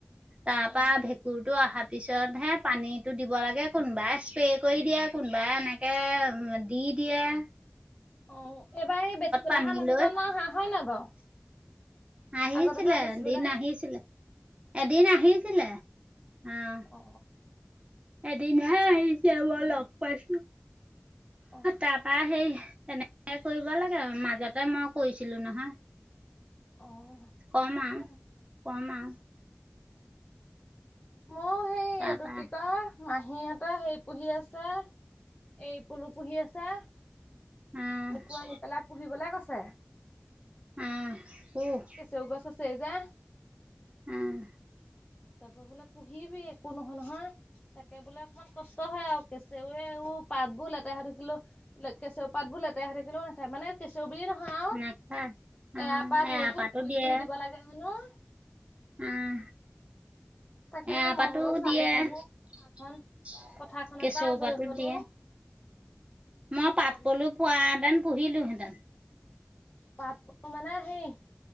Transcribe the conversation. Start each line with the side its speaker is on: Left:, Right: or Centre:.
Right: তাৰ
Left: অ
Right: পৰা ভেঁকুৰটো অহা- তাৰপিছতহে পানীটো দিব লাগে কোনোবাই স্প্ৰে কৰি দিয়ে কোনোবাই এনেকে - দি দিয়ে -
Left: অ এইবাৰ এই বেচিবলৈ
Right: পানী
Left: অহা মানুহজন
Right: লৈ
Left: নাই অহা হয় নাই বাৰু?
Right: আহিছিলে
Left: আগতে যে বেচিবলৈ
Right: এদিন
Left: আহে
Right: আহিছিলে এদিন আহিছিলে, আহ।
Left: অ
Right: এদিনহে আহিছে মই লগ পাইছো,
Left: অ
Right: তাৰপৰা সেই তেনেকে - তেনেকে কৰিব লাগে মাজতে মই কৰিছিলো নহয়।
Left: অ।
Right: কম
Left: তাকে
Right: আও কম আও।
Left: মইয়ো সেই
Right: তাৰপা
Left: এইটো কি কয়? মাহীহঁতে সেই পুহি আছে এৰি পুলু পুহি আছে।
Right: আহ
Left: মোকো আনি পেলাই পুহিবলে কৈছে।
Right: উম, পুহ।
Left: কেছৌ গছ আছেই যে।
Right: উম।
Left: তাৰপৰা বোলে পুহিবি একো নহয় নহয়। তাকে বোলে অকমান কষ্ট হয় আও কেঁচৌৱে ও পাতবোৰ লেতেৰা হৈ থাকিলো- কেচৌ পাতবোৰ লেতেৰা হৈ থাকিলেও নাখায়, মানে- কেঁচৌ বুলি নহয় আও
Right: নেখা আহ
Left: এৰাপাত
Right: এৰাপাতো
Left: সেইবোৰ ধুই
Right: দিয়ে
Left: ধুই দিব লাগে হেনো।
Right: উম,
Left: তাকে
Right: এৰাপাতো
Left: মই বোলো চাই
Right: দিয়ে
Left: লওঁচোন পথাৰখন
Right: -
Left: পথাৰখনৰ
Right: কেঁছৌ
Left: পৰা আজৰি
Right: পাতো
Left: হলো
Right: দিয়ে। মই পাট
Left: তাৰপিছত
Right: পলু পোৱাহেঁতেন পুহিলোহেঁতেন।
Left: পাট পলু মানে সেই-